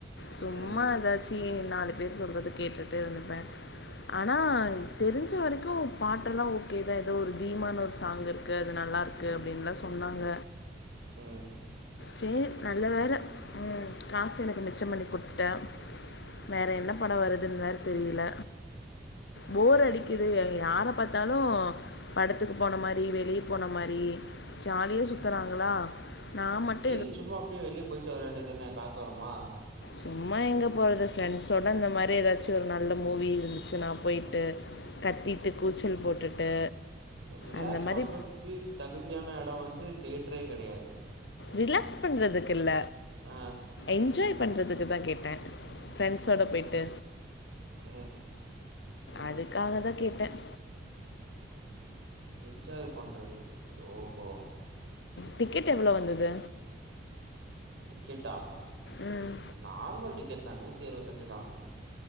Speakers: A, on the left; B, on the right.
A: சும்மா
B: ம்,
A: ஏதாச்சு ஏ நாளை பேர் சொல்றது கேட்டுட்டு இருந்துப்பேன் ஆனா தெரிஞ்ச வரைக்கு பாட்டெல்லா ஓகேதா ஏதோ ஒரு தீமானு ஒரு சாங்கு இருக்கு அது நல்லா இருக்கு அப்படின்னுல்லா சொன்னாங்க
B: உம்
A: சேரி நல்ல வேற உம் காசு எனக்கு மிச்சம் பண்ணி குடுத்துட்ட வேற என்ன படம் வருதுன்னு வேற தெரியல போர் அடிக்குது யார பாத்தாலு படத் பத்துக்கு போன மாதிரி வெளியே போன மாதிரி ஜாலிய சு றாங்களா நான் மட்
B: ஏன் சும்மா அப்படியே வெளியே போயிட்டு வர வேண்டடிதான காத்தோரமா
A: சும்மா எங்கே போகிறது ஃப்ரெண்ட்ஸோடு இந்த மாதிரி ஏதாச்சும் ஒரு நல்ல மூவி இருந்துச்சு நான் போயிட்டு கத்திட்டு கூச்சல் போட்டுட்டு
B: ரிலாக்ஸ்
A: அந்த மாரி
B: பண்றதுக்கு தகுதியான இடம் வந்து தேட்ரே கடையாது
A: ரிலாக்ஸ் பண்றதுக்கு இல்ல
B: ஆ
A: என்ஜாய் பண்றதுக்கு தான் கேட்டேன் ப்ரெண்ஸ்ஸோட போயிட்டு
B: ம்ஹூம்
A: அதுக்காக தான் கேட்டேன்
B: என்ஜாய் பண்றதுக்கு ஓஹோ
A: டிக்கெட் எவ்வளோ வந்தது
B: டிக்கெட்டா
A: ம்
B: நார்மல் டிக்க டிக்கேட் நூத்தி அரவத்தஞ்சு தான்